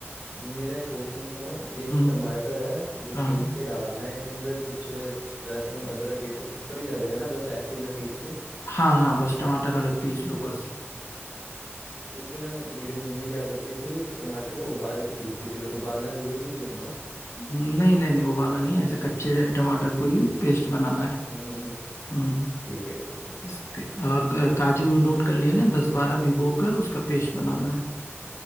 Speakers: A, on the left; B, on the left.
A: मेरा एक क्वेश्चन था ये जो
B: हम्म
A: टमाटर है जो
B: हाँ
A: पीस के डालना है इसके अंदर कुछ लहसुन अदरक ये सब कुछ तो नहीं डालेगा ना बस ऐसे ही मैं पीस
B: हाँ हाँ बस टमाटर अलग पीस लो बस
A: क्योंकि ना मेरी मम्मी क्या करती थी टमाटर को उबाल के पीसती थी तो उबालना जरूरी नहीं है ना
B: नहीं नहीं नहीं उबालना नहीं है, ऐसे कच्चे टमाटर को ही
A: ठीक
B: पेस्ट बनाना है
A: हम्म हम्म, हम्म,
B: हम्म
A: ठीक है ठीक है
B: इसके और क- काजू नोट कर लिए ना दस बारह भिगो कर उसका पेस्ट बनाना है